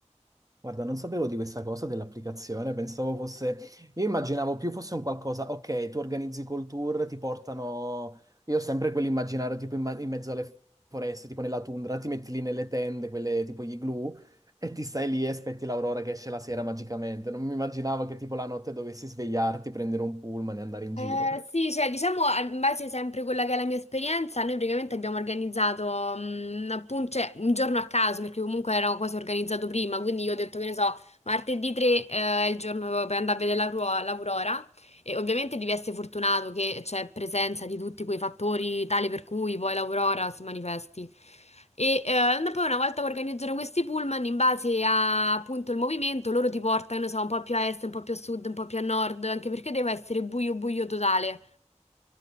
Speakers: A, on the right; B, on the left.
A: Guarda, non sapevo di questa cosa dell'applicazione, pensavo fosse... Io immaginavo più fosse un qualcosa, ok, tu organizzi col tour, ti portano... Io ho sempre quell'immaginario tipo in, ma- in mezzo alle foreste, tipo nella tundra, ti metti lì nelle tende, quelle tipo gli igloo, e ti stai lì e aspetti l'aurora che esce la sera magicamente. Non mi immaginavo che tipo la notte dovessi svegliarti, prendere un pullman e andare in
B: Eh,
A: giro.
B: sì, cioè diciamo a- in base sempre a quella che è la mia esperienza, noi praticamente abbiamo organizzato mm, appun- cioè, un giorno a caso perché comunque era quasi organizzato prima, quindi io ho detto che ne so, martedì 3 eh, è il giorno per andare a vedere la, ruo- l'aurora E ovviamente devi essere fortunato che c'è presenza di tutti quei fattori tale per cui poi l'Aurora si manifesti. E eh, poi una volta che organizzano questi pullman, in base a appunto il movimento, loro ti portano, non so, un po' più a est, un po' più a sud, un po' più a nord, anche perché deve essere buio buio totale.